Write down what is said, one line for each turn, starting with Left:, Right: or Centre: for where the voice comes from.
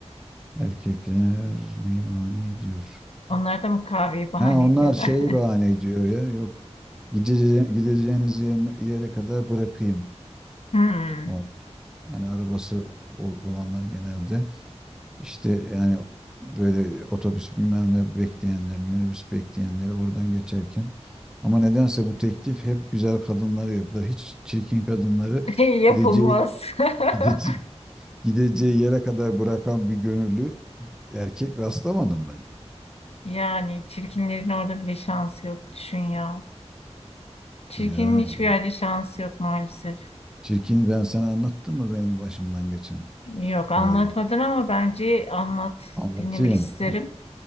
Centre: Erkekler neyi bahane ediyor?
Left: Onlar da mı kahveyi bahane
Centre: Ha onlar
Left: ediyorlar?
Centre: şeyi
Left: <laughs>
Centre: bahane ediyor ya. Yok. Gidece gideceğiniz yerine- yere kadar bırakayım.
Left: Hmm.
Centre: O hani arabası ol- olanlar genelde İşte yani böyle otobüs bilmem ne bekleyenler, minibüs bekleyenleri oradan geçerken ama nedense bu teklif hep güzel kadınlara yapılır. Hiç çirkin kadınları
Left: <laughs> Yapılmaz.
Centre: gideceği
Left: <laughs>
Centre: <laughs> gideceği, gideceği yere kadar bırakan bir gönüllü erkek rastlamadım ben.
Left: Yani çirkinlerin orada bile şansı yok. Düşün ya. Çirkinin
Centre: Ya,
Left: hiçbir
Centre: ya.
Left: yerde şansı yok maalesef.
Centre: Çirkin ben sana anlattım mı benim başımdan geçen
Left: Yok anlatmadın
Centre: olayı?
Left: ama bence anlat.
Centre: Anlatayım,
Left: Dinlemek isterim.